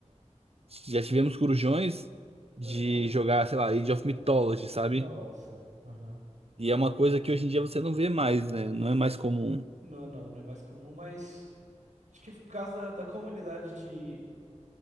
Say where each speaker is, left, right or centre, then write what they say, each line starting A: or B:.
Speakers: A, on the right; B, on the right.
A: já tivemos corujões de
B: Aham.
A: jogar, sei lá, Age of Mythology, sabe?
B: Nossa. Aham.
A: E é uma coisa que hoje em dia você não vê mais, né? Não é mais comum.
B: Não, é não, não é mais comum, mas acho que por causa da, da comunidade de